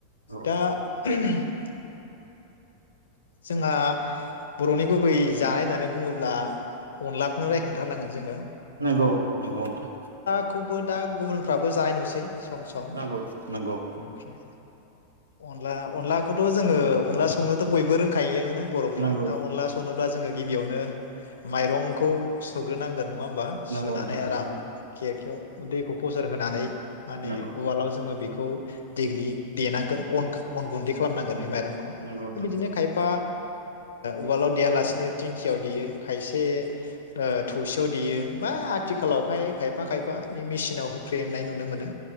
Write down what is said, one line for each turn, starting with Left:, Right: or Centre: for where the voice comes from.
Right: औ
Left: दा <unintelligible> जोंहा बर'नि गुबै जानाय होननानै बुङोब्ला अनलाखौनो रायखांथारनांगोन जोङो
Right: नोंगौ नोंगौ नोंथां।
Left: खौबो दा गुबुनफ्राबो जानाय नुसै सम सम
Right: नंगौ नंगौ
Left: ओमफ्राय अनला अनलाखौथ' जोङो अनला संनोथ' बयबो रों खायोनो। बर'फ्रा
Right: नंगौ
Left: दा अनला संनोब्ला जोङो गिबियावनो माइरंखौ सुग्रोनांगोन नङा होमबा
Right: नंगौ
Left: सुनानै
Right: नंगौ नोंथां
Left: आराम केरकायाव दैखौ फ'सार होनानै माने
Right: नंगौ
Left: उवालाव जोङो बे खौ देग्लि देनांगोन अन खा अन गुन्दै खालामनांगोन बे माइ रंखौ
Right: नंगौ
Left: बिदिनो खाय ओ उवालाव देयालासिनो दिंखियाव देयो खायसे ओ थौसेयाव देयो बा आथिखालावहाय खायफा खायफा इ मिसिनाव हुख्रेम नाय नुनो मोनो